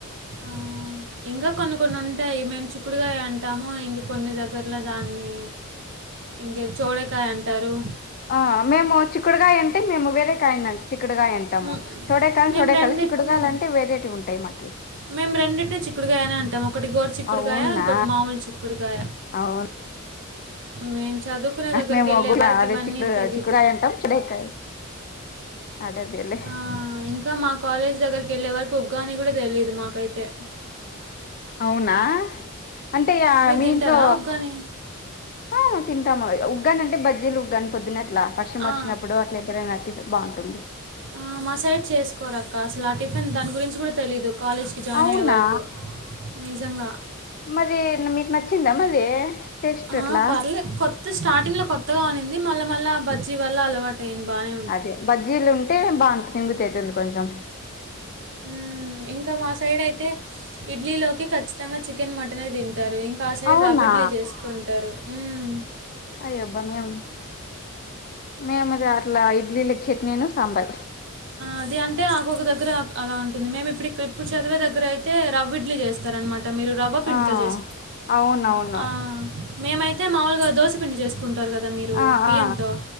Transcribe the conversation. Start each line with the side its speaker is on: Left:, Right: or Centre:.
Right: ఆ ఇంకా కొన్ని కొన్ని ఉంటాయి మేము చిక్కుడుకాయ అంటాము ఇంకా కొన్ని దగ్గర్లో దాన్ని ఇంకే చోడేకాయ అంటారు
Left: ఆ మేము చిక్కుడుకాయ అంటే మేము వేరే కాయనం చిక్కుడుకాయ అని టము
Right: మ్,
Left: చొడేకాయని
Right: మేము
Left: చొడేకాయల
Right: రెండింటిని
Left: చిక్కుడుకాయలు అంటే వేరేటివి ఉంటాయి మాకి
Right: మేము రెండింటినీ చిక్కుడుకాయనే అంటాం ఒకటి గోరు చిక్కుడుకాయ
Left: అవునా
Right: ఇంకోటి మాముూలు చిక్కుడుకాయ
Left: అవునా
Right: మేము చదువుకునే దగ్గరికి
Left: మేము
Right: ఎళ్ళే
Left: కూడా
Right: వరకి
Left: అదే
Right: ఇవన్నీ
Left: చిక్కుడు
Right: తెలీదు
Left: చిక్కుడుకాయ అంటాం చూడేకాయ్ అదేదేలే
Right: ఆ, ఇంకా మా కాలేజ్ దగ్గరికి ఎళ్ళే వరకు ఉగ్గాని కూడా తెలిదు మాకైతే
Left: అవునా అంటే ఇగ
Right: మీరు
Left: మీ
Right: తింటారా
Left: ఇంట్లో
Right: ఉగ్గాని
Left: ఆ తింటాము ఉగ్గాని అంటే బజ్జీలు ఉగ్గాని పొద్దున అట్ల వర్షం
Right: ఆ,
Left: వచ్చినప్పుడు అట్ల ఎప్పుడైనా టిఫి బాగుం టుంది
Right: ఆ మసైడ్ చేసుకోరాక్క అసలు ఆ టిఫిన్ దాని గురించి కూడా తెలీదు కాలేజ్ ఇజాయిన్
Left: అవునా
Right: అయ్యే వరకు నిజంగా
Left: మరి మీకు నచ్చిందా మరి టేస్ట్ అట్లా
Right: ఆ పర్లే కొత్త స్టాటీంగ్ లో కొత్తగా ఉనింది మళ్ళా మళ్ళ ఆ బజ్జీ వల్ల అలవాటయింది బానే
Left: అదే బజ్జీలు ఉంటే బా అంత తింగతతుంది కొంచెం
Right: హ్మ్ ఇంకా మా సైడ్ అయితే ఇడ్లీ లోకి కచ్చితంగా చికెన్ మటనే తింటారు ఇం కా సైడ్
Left: అవునా
Right: రవిడ్లీ చేసుకుంటారు హ్మ్
Left: అయ్య అబ్బా మేం మేము అట్లా ఇడ్లీలు చట్నీను సాంబార్.
Right: అది అంటే ఆకొకక దగ్గర అలా ఉంటుంది. మేము ఇప్పుడు ఇక్ ఇప్పుడు చదివే దగ్గర అయితే రవ్విడ్లీ చేస్తార అనమాట మీరు. రవ్వ పిండితో
Left: ఆ
Right: చేసుకు
Left: అవునవును
Right: ఆ మేమైతే మాముూలుగా దోశపిండి చేసుక కుంటారు కదా మీరు
Left: ఆ
Right: బియ్యంతో
Left: ఆ